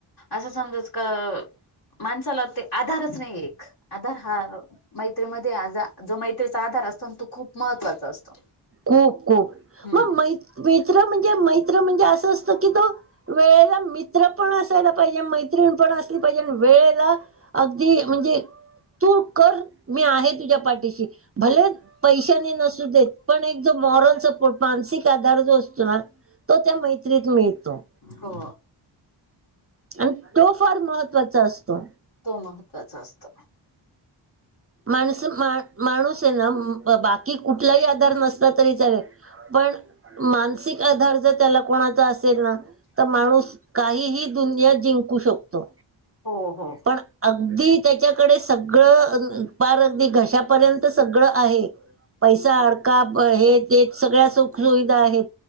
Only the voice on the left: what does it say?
असं समजाच का माणसाला ते आधारच नाही एक आधार हा मैत्रीमध्ये आ जो मैत्रीचा आधार असतो तो खूप महत्त्वाचा असतो.
हम्म
हो
तो महत्त्वाचा असत.
हो हो